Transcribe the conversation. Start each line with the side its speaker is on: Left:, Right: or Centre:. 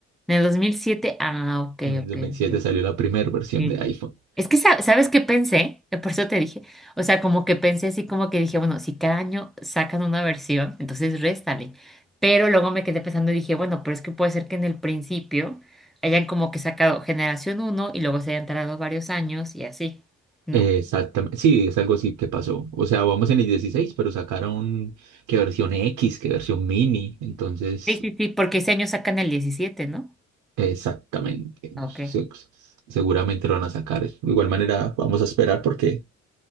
Centre: En el 2007? ah, ok,
Right: En el
Centre: ok,
Right: dos mil siete
Centre: ok.
Right: salió la primera versión
Centre: sí.
Right: de iPhone.
Centre: Es que, sa- ¿sabes qué pensé? Eh, Por eso te dije. O sea, como que pensé así, como que dije, bueno, si cada año sacan una versión, entonces réstale. Pero luego me quedé pensando y dije, bueno, pero es que puede ser que en el principio hayan como que sacado generación uno y luego se hayan tardado varios años y así, ¿no?
Right: Exactamente. Sí, es algo así que pasó. O sea, vamos en el 16, pero sacaron qué versión X, qué versión mini. Entonces,
Centre: Sí, sí, sí, porque ese año sacan el 17, ¿no?
Right: Exactamente.
Centre: Ok.
Right: Se- seguramente lo van a sacar. De igual manera, vamos a esperar porque